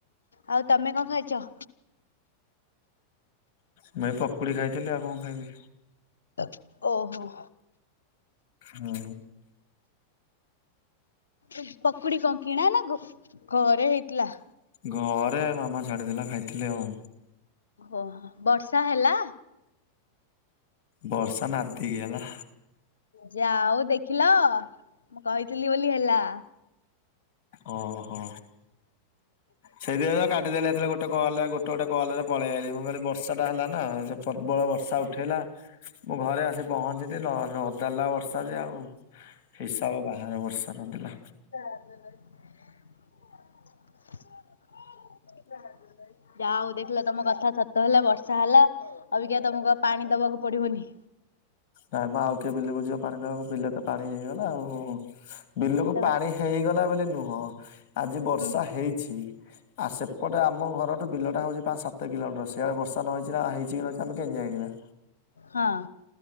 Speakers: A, on the left; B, on the left.
A: ଆଉ ତମେ କଣ ଖାଇଛ?
B: ମୁଁ ଏଇ ପକୁଡି ଖାଇଥିଲି ଆଉ କଣ ଖାଇବି।
A: ଏ ଓହୋ।
B: ହୁଁ।
A: ଏ ପକୁଡି କ କିିଣା ନା ଘ ଘରେ କିଲା।
B: ଘରେ ମାମା ଛାଣିଥିଲା ଖାଇଥିଲି ଆଉ।
A: ଓହୋ ବର୍ଷା ହେଲା।
B: ବର୍ଷା ନାଦି କି ହେଲା।
A: ଯା ହଉ ଦେଖିଲ, ମୁଁ କହିଥିଲି ବୋଲି ହେଲା।
B: ଓହୋ ସେଥିପାଇଁ ତ କାଟିଦେଲେ ଏତେବେଳେ ଗୋଟ ଗୋଟେ କଲରେ ଗୋଟେ ଗୋଟେ କଲ ରେ ପଳେଇ ଆଇଲି ମୁଁ କହିଲି ବର୍ଷା ଟା ହେଲା ନା ସେ ପ୍ରବଳ ବର୍ଷା ଉଠେଇଲା। ମୁଁ ଘରେ ଆସି ପହଞ୍ଚିିଚି ନ ନଦିଦେଲା ବର୍ଷା ଯେ ଆଉ। ହିସାବ ବାହାରେ ବର୍ଷା ନଦିଲା।
A: <unintelligible> ଯା ହଉ ଦେଖିଲ ତମ କଥା ସତ ହେଲା, ବର୍ଷା ହେଲା ଅଭିକା ତମକୁ ଆଉ ପାଣି ଦବାକୁ ପଡିବନି।
B: ନାଇଁ ମ ଆଉ କିଏ ବିଲକୁ ଯିବ ପାଣି ଦେବାକୁ, ବିଲରେ ତ ପାଣି ହେଇଗଲା ଆଉ। ବିଲକୁ
A: ସେଇତ କଥା।
B: ପାଣି ହେଇଗଲା ବୋଲି ନୁହଁ, ଆଜି ବର୍ଷା
A: ହୁଁ
B: ହେଇଛି। ଆ ସେପଟେ ଆମ ଘରଠୁ ବିଲଟା ହଉଚି ପାଞ୍ଚ ସାତ କିଲୋମିଟର, ସେଇଆ ବର୍ଷା ନ ହେଇଚି ନା ହେ ହେଇଚି କି ଆମେ କେମିତି ଜାଣିବା।
A: ହଁ।